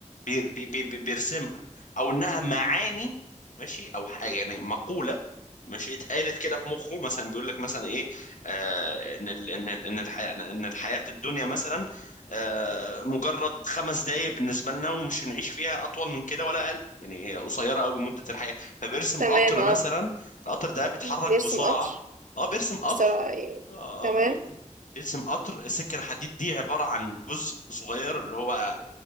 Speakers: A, on the left; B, on the right.
A: بي بي بي بي- بيرسمها او انها معاني ماشي او ح- يعني مقولة ماشي اتقالت كده في مخه مثلا بيقول لك مثلا ايه آه ان ال ان ال ان الحياة ان الحياة الدنيا مثلا آه مجرد خمس دقايق بالنسبة لنا ومش هنعيش فيها اطول من كده ولا اقل يعني هي قصيرة قوي مدة الحياة فبيرسم
B: تمام
A: قطر مثلا
B: اه
A: القطر ده بيتحرك
B: بيرسم
A: بسرعة
B: قطر
A: اه بيرسم قطر
B: بسرعة يعني.
A: اه
B: تمام
A: آه، بي- بيرسم قطر السكة الحديد دي عبارة عن جزء صغير اللي هو